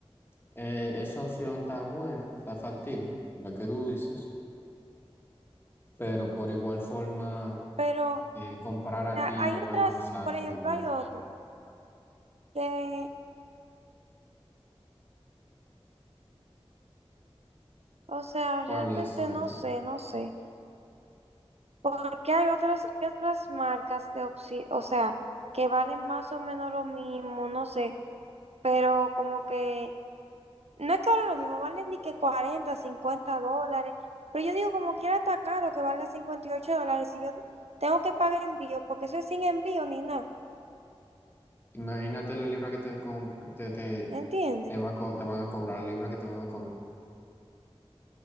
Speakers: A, on the left; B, on the right.
A: eh, esa opción está buena, está factible, la que tú dices. Pero por igual forma,
B: pero o
A: eh, comprar aquí
B: sea, hay
A: y llevarla
B: otras,
A: a un sastre
B: por ejemplo,
A: también.
B: hay otras que, o sea, realmente
A: ¿Cuál es la
B: no
A: otra?
B: sé, no sé. Porque hay otras, hay otras marcas de opción, o sea, que valen más o menos lo mismo, no sé, pero como que, no es que valen lo mismo, valen ni que 40 50 dólares, pero yo digo como quiera está caro que valga 58 dólares si yo tengo que pagar envío, porque eso es sin envío ni nada,
A: Imagínate la libra que te, compre- te, te,
B: ¿entiendes?
A: te, va a co- te van a cobrar, la libra que te van a cobrar.